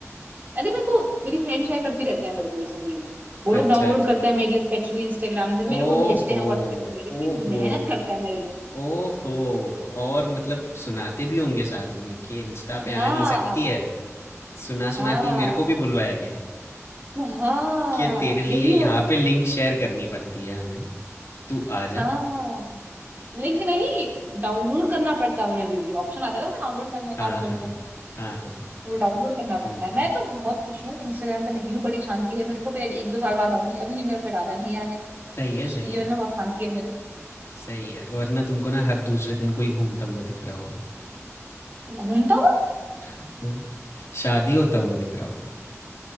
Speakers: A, on the right (about 35°); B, on the left (about 60°).
A: अरे मेरे को मेरी फ्रेंड शेयर करती रहते हैं मेरे को ये सब मीम्स वो
B: अच्छा
A: लोग डाउनलोड
B: अच्छा
A: करते हैं मेरे लिए स्पेशली इंस्टाग्राम से मेरे
B: ओहो
A: को भेजते हैं व्हाट्सएप पे इतनी
B: ओहो
A: मेहनत करता है मेरे लिए
B: ओहो और मतलब सुनाते भी होंगे साथ में कि इंस्टा पे आ
A: हाँ
B: नहीं सकती है सुना
A: हाँ
B: सुना कि मेरे को भी बुलवाया गया है
A: हाँ
B: कि तेरे लिए
A: यही
B: यहाँ
A: होता
B: पे लिंक शेयर करनी पड़ती है हमें तू आ
A: हाँ
B: जा
A: लिंक नहीं डाउनलोड करना पड़ता है उन्हें वीडियो ऑप्शन आता है ना डाउनलोड करने का
B: हाँ
A: आजकल
B: हाँ
A: तो
B: हाँ हाँ
A: वो डाउनलोड करना पड़ता
B: हम्म
A: है मैं तो बहुत खुश हूँ इंस्टाग्राम पे नहीं हूँ बड़ी शांति है मेरे को भी एक दो साल बाद आऊंगी अभी मेरा कोई इरादा नहीं है आने
B: सही
A: का।
B: है सही
A: जीवन
B: है
A: में बहुत शांति है मेरे
B: सही है वरना तुमको ना हर दूसरे दिन कोई घूमता हुआ दिख रहा होगा
A: घूमता हूँ
B: हाँ। शादी होता हुआ दिख रहा होगा